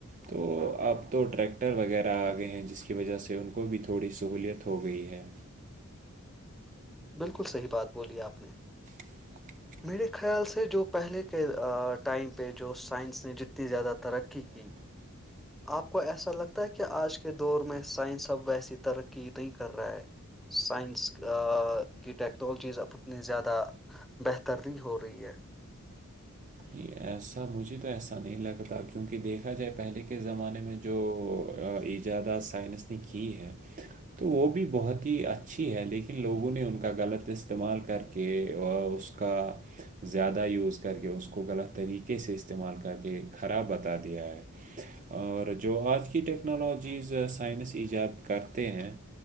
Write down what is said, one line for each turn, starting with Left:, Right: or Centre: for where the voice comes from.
Right: تو اب تو ٹریکٹر وغیرہ آ گئے ہیں جس کی وجہ سے ان کو بھی تھوڑی سہولیت ہو گئی ہے
Centre: بالکل صحیح بات بولی آپ نے
Right: <inaudible>
Centre: میرے خیال سے جو پہلے کے ٹائم پہ جو سائنس نے جتنی زیادہ ترقی کی
Right: <inaudible>
Centre: آپ کو ایسا لگتا ہے کہ آج کے دور میں سائنس اب ویسی ترقی نہیں کر رہا ہے سائنس کا کی ٹیکنالوجیز اب اتنی زیادہ بہتر نہیں ہو رہی ہے
Right: ایسا مجھے تو ایسا نہیں لگتا کیونکہ دیکھا جائے پہلے کے زمانے میں جو ایجادہ سائنس نے کی ہے تو وہ بھی بہت ہی اچھی ہے لیکن لوگوں نے ان کا غلط استعمال کر کے اس اس کا زیادہ یوز کر کے اس کو کو غلط طریقے سے استعمال کر کے خراب بتا دیا ہے اور جو آج کی ٹیکنالوجیز سائنس ایجاد کرتے ہیں